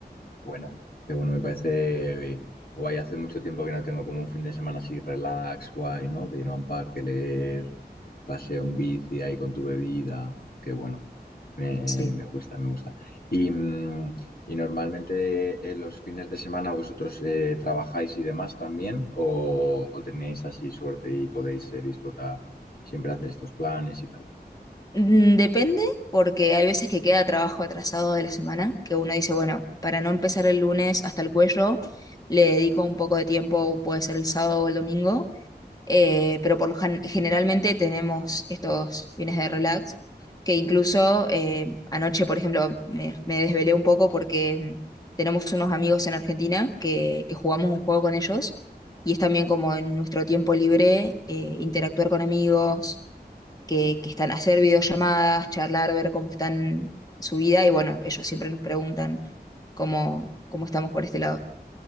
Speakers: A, on the left (about 60°); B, on the left (about 20°).
A: Bueno, qué bueno, me parece eh, guay. Hace mucho tiempo que no tengo como un fin de semana así relax, guay, ¿no? De ir a un parque, leer, paseo en bici ahí con tu bebida. Qué bueno. Me,
B: Sí.
A: me gusta, me gusta. Y, mm, y normalmente en los fines de semana vosotros eh, trabajáis y demás también, o, o tenéis así suerte y podéis eh, disfrutar, siempre hacer estos planes y tal.
B: Mm, Depende, porque hay veces que queda trabajo atrasado de la semana, que uno dice, bueno, para no empezar el lunes hasta el cuello, le dedico un poco de tiempo, puede ser el sábado o el domingo, eh, pero por lo gen- generalmente tenemos estos fines de relax, que incluso eh, anoche, por ejemplo, me, me desvelé un poco porque tenemos unos amigos en Argentina que, que jugamos un juego con ellos. Y es también como en nuestro tiempo libre, eh, interactuar con amigos, que, que están a hacer videollamadas, charlar, ver cómo están su vida y bueno, ellos siempre nos preguntan cómo, cómo estamos por este lado.